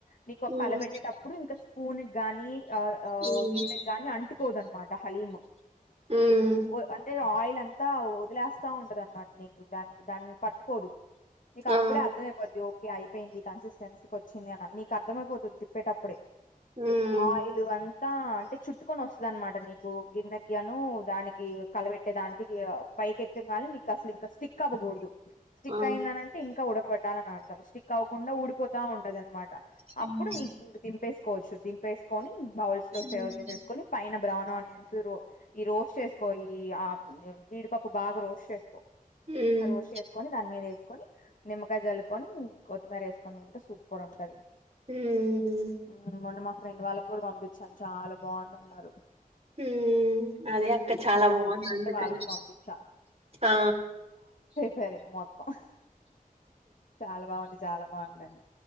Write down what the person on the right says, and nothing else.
హ్మ్.
హ్మ్.
హుహు్
ఆ!
హ్మ్.
ఆ!
హ్మ్.
హ్మ్.
హ్మ్.
హ్మ్.
హుహ్ అదే అక్క చాలా
బావుంది, అందుకని
ఆ